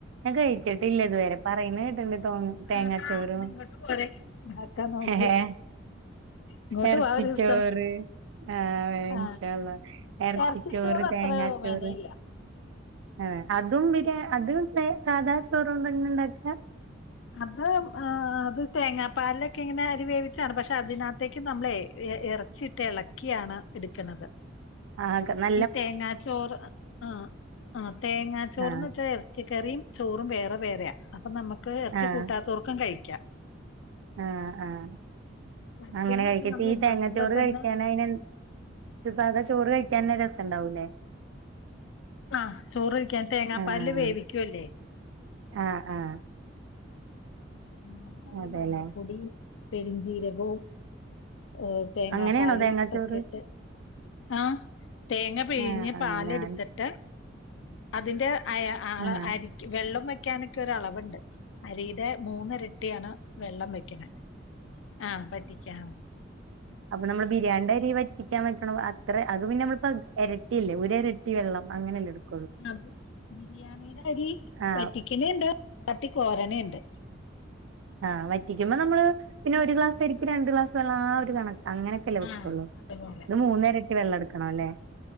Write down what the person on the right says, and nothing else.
ഞാൻ കഴിച്ചിട്ടില്ലിതുവരെ പറയുന്ന കേട്ടിണ്ട് തോന്നി തേങ്ങാ
ചോറും
ഏഹ്
ഇറച്ചി
ചോറ് ആഹ്
ഇൻഷാ അള്ളാ എറച്ചി
ചോറ് തേങ്ങാ
ചോറ്
ആഹ് അതും പിന്നെ അതും സാധാ ചോറും തന്നെ ഇണ്ടാക്ക
ആകന്ന
ആഹ്
ആഹ്
ആഹ് ആഹ്
അങ്ങനെ കഴിക്ക
ഈ
തേങ്ങച്ചോറ്
കഴിക്കാന അയിനെ സാധാ ചോറ് കഴിക്കാനെ രസം ഉണ്ടാവൂലേ
ആഹ്
ആഹ് ആഹ്
അതെല്ലേ
അങ്ങനെയാണോ തേങ്ങാച്ചോറ്
ആഹ് ആഹ്
ഞാൻ
ആഹ്
അപ്പൊ നമ്മൾ ബിരിയാണി അരി വറ്റിക്കാൻ വെക്കണ അത്ര അത് പിന്നെ നമ്മളിപ്പോ എരട്ടിയല്ലേ ഒരു എരട്ടിവെള്ളം അങ്ങനെല്ലേ എക്കും
ആഹ്
ആഹ് വറ്റിക്കുമ്പോ നമ്മള് പിന്നെ ഒരു ഗ്ലാസരിക് രണ്ട് ഗ്ലാസ് വെള്ളം ആ ഒരു കണക്ക അങ്ങനെ- വക്കുള്ളൂ
ഇത് മൂന്നേരട്ടി വെള്ളം എടുക്കണ ല്ലേ